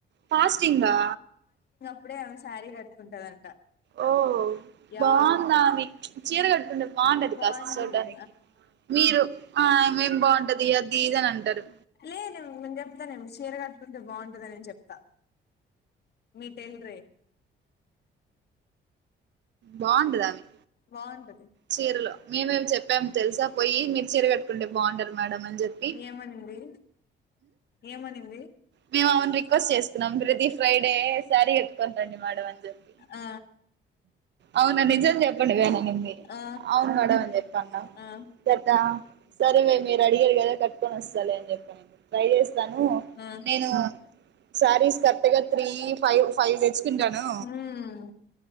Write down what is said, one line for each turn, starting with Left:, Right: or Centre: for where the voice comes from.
Right: ఫస్టీంగ్ అ
Left: అప్పుడే ఆమె శారీ కట్టుకుంటదంట
Right: ఓ
Left: యా
Right: బాగుందా మీ చీర కట్టుకుంటే బాగుంటది
Left: బాగుంటది
Right: కాస్త చూడ్డానికి మీరు ఆ మేం బాగుంటది అది ఇది అని అంటారు
Left: తె నిను నిం చెప్తా నిను చీర కట్టుకుంటే బాగుంటదని చెప్తా మీ టేల్ రే
Right: బాగుంటదమే
Left: బాగుంటది
Right: చీరలో మీమేం చెప్పాము తెలుసా పోయి మీరు చీర కట్టుకుంటే బాగుంటారు మేడం అని చెప్పి
Left: ఏమనింది ఏమనింది
Right: మేము అవును రిక్వెస్ట్ చేస్తున్నాం ప్రతి ఫ్రైడే శారీ కట్టుకుని రండి మేడం అని చెప్పి
Left: ఆ
Right: అవునా నిజం చెప్పండి వేనంది
Left: ఆ
Right: అవును మేడం అని చెప్పాన్న
Left: ఆ
Right: కదా సరే మే మీరు అడిగారు కదా కట్టుకొని వస్తాలే అని చెప్పనింది ట్రై చేస్తాను
Left: ఆ
Right: నేను సారీస్ కరెక్ట్ గా త్రీ ఫైవ్ ఫైవ్ తెచ్చుకుంటాను
Left: మ్మ్